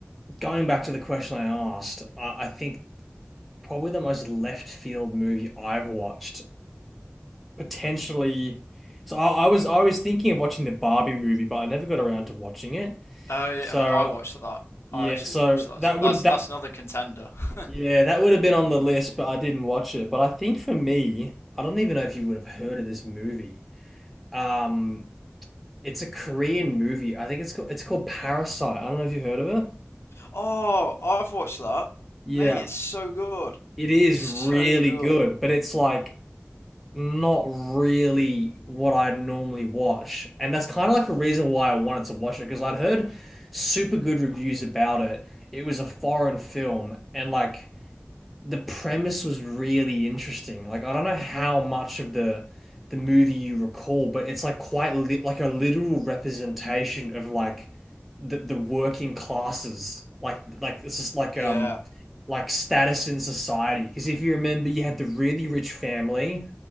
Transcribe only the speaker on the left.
Oh, yeah,
I, mean, I watched that.
I actually
watched that.
as well. That's
that's another contender. <laughs>
Oh, I've watched that.
Mate, it's so good.
It's so
good.
Yeah,